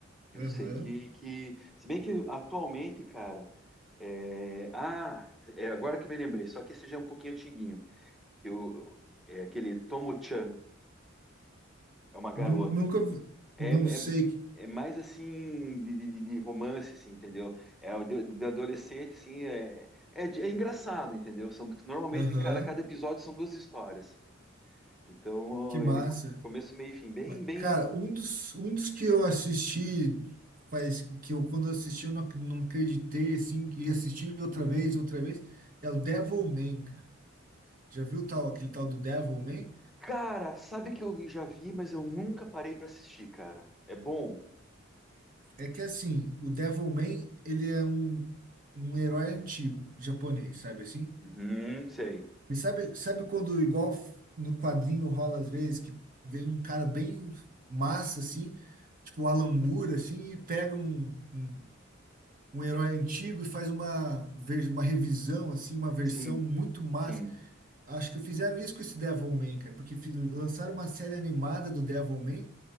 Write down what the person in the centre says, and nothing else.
Eu
sei que, que. Se bem que atualmente, cara. é, Ah, é agora que me lembrei, só que esse já é um pouquinho antiguinho. Eu... É aquele Tomo-chan, é uma garota.
É,
é,
é mais assim de, de- de- de romance, assim, entendeu? É o de, de adolescente, assim, é, é, de- é engraçado, entendeu? São, normalmente,
cara, cada episódio são duas histórias. Então,
ele co- começo, meio e fim, bem,
bem.
Cara, sabe que eu vi- já vi, mas eu nunca parei pra assistir, cara. É bom.
Uhum, sei.
Sim,
sim.